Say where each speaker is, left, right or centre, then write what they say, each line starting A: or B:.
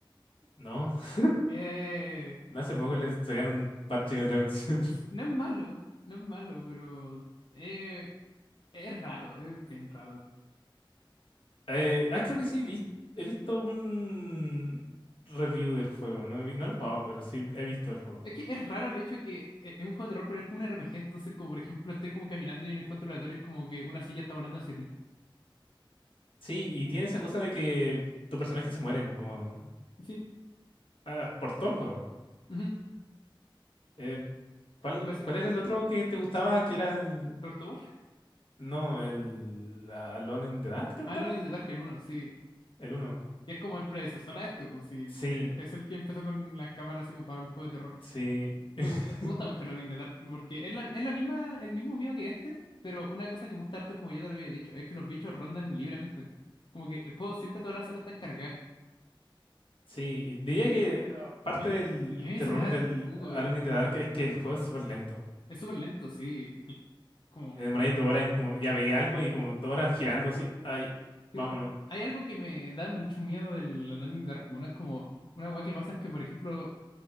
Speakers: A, on the left; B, on the left.
A: ¿no? <laughs>
B: Eh,
A: No hace poco les sacaron un parche de traducción.
B: sí, no es malo, no es malo, pero eh, es raro, es bien raro.
A: Eh, ah, creo que sí, vis- he visto un review del juego, no, he vi- no lo he jugado, pero sí he visto el juego.
B: Es que es raro el hecho de que eh, es un juego de terror, pero es como un RPG. Entonces, como por ejemplo, estés como caminando y un encuentro aleatorio es como que una silla está volando hacia ti.
A: Sí, y tiene esa cosa de que tus personajes se mueren como
B: Sí.
A: ah, por todo el juego.
B: Ujú.
A: Eh, ¿cuál,
B: En base,
A: cuál era el otro que te gustaba? Que era el...
B: ¿Rocktober?
A: No, el ah, Alone in the Dark, ¿te gustaba?
B: Alone in the Dark, el uno sí.
A: El uno.
B: Que es como el predecesor a este, pues sí.
A: Sí,
B: e- Es el que empezó con las cámaras así como para un juego de terror.
A: sí.
B: Me
A: <laughs>
B: gusta, me gusta mucho Alone in the Dark, porque es la, es la misma, el mismo miedo que este, pero una cosa que me gusta harto, como yo te lo había dicho, es que los bichos rondan libremente. Como que el juego siempre todas las salas están cargadas.
A: Sí, y diría que ah, parte
B: Ay,
A: del
B: Y, y a mí
A: terror
B: eso me da
A: del
B: cuco,
A: Alone in the Dark es que el juego es súper lento.
B: Es súper lento, sí. El- como,
A: Te demoráis dos horas en como, ya veía algo y como dos horas girando así, ay,
B: tipo,
A: vámonos.
B: hay algo que me da mucho miedo del Alone in the Dark 1. Es como, una weá que pasa es que, por ejemplo,